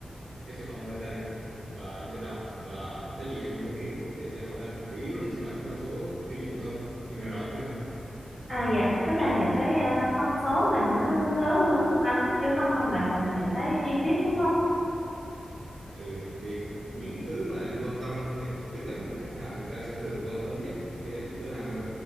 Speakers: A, on the right (about 65°); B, in the centre.
A: cái sản phẩm ở đây và em sẽ đọc và cái gì em không hiểu thì em sẽ hỏi anh chủ yếu là mình sẽ đọc những thông số tiêu chuẩn thôi em đã rõ chưa
B: à dạ tức là những cái à, thông số mà nó lớn lớn rồi đúng không anh chứ không cần là những cái chi tiết đúng không
A: Ừ, thì c- những thứ mà em quan tâm thì tức là những khách hàng người ta sẽ thường quan tâm nhất khi đến cửa hàng mình.